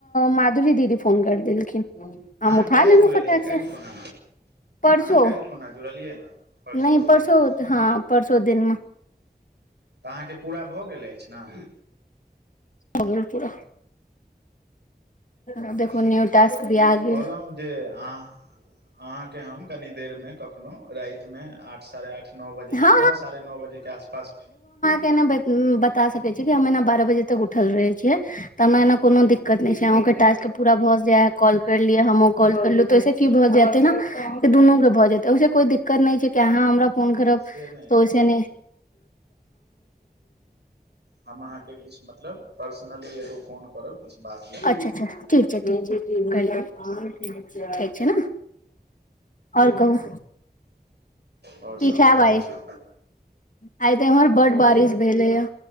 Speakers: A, on the left (about 50°); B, on the right (about 90°).
A: माधुरी दीदी फोन करि देलखिन। हम
B: अहाँ
A: उठा
B: कहिया
A: लेलौं
B: जुड़लियै
A: फटाक
B: काल्हि
A: से।
B: खुना
A: परसो
B: अहाँ काल्हि खुना जुड़लियै ने परसू
A: नहि
B: जुड़लियै
A: परसो हँ परसो दिनमे।
B: तऽ अहाँके पूरा भऽ गेल अछि ने।
A: भऽ गेल पूरा। आ
B: ने
A: देखू न्यू टास्क भी आ गेल।
B: कहलहुँ जे अह अहाँके हम कनी देरमे कखनो रातिमे आठ साढ़े आठ नओ बजेके
A: हँ
B: नओ साढ़े नओ बजेके आसपास
A: केना बता सकै छी कि हम एना बारह बजे तक उठल रहय छियै। तमाए एना कोनो दिक्कत नहि छै अहूं के टास्क पूरा भऽ जाय कॉल करलियै हम कॉल करलहु तऽ ओहिसे की भ जेतै ने दुनू के भए जेतै से कोई दिक्कत नै छै कि अहाँ हमरा फोन करब
B: से नहि
A: त ओइ
B: ओ
A: से नै
B: हम अहाँके किछु मतलब पर्सनली एगो फोन करब किछु बात लऽ।
A: अच्छा-अच्छा ठीक छै ठीक छै करियै ठीक छै ने। और कहू।
B: आओर
A: की
B: सब
A: खाएब
B: बढ़िआँ
A: आइ
B: छै
A: आइ ते इम्हर बड्ड बारिश
B: आँय
A: भेलै य